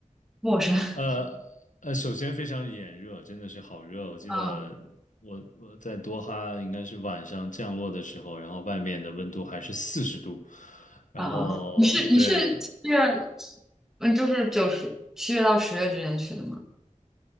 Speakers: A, in the centre; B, on the left.
A: 陌生？<laughs>
B: 呃，呃，首先非常炎热，真的是好热。我记得我我在多哈应该是晚上降落的时候，
A: 嗯
B: 然后外面的温度还是四十度，然后对，
A: 嗯嗯，嗯你是你是七月，嗯，就是九十七月到十月之间去的吗？